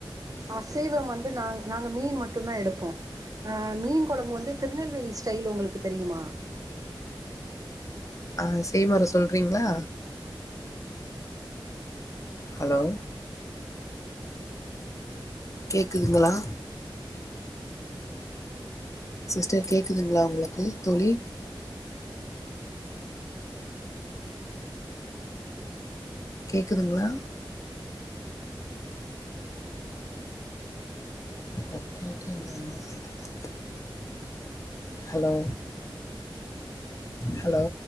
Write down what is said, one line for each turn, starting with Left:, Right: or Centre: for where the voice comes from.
Right: அசைவம் வந்து நாங் நாங்க மீன் மட்டுந்தா எடுப்போ அ மீன் கொழம்பு வந்து திருநெல்வேலி ஸ்டைல் உங்களுக்கு தெரியுமா
Left: ஆ செய்முற சொல்றீங்ளா ஹலோ கேக்குதுங்களா சிஸ்டர் கேக்குதுங்ளா உங்களுக்கு தோழி கேக்குதுங்ளா கத்திகிட்டே இருந்தா என்ன செய்றது ஹலோ ஹலோ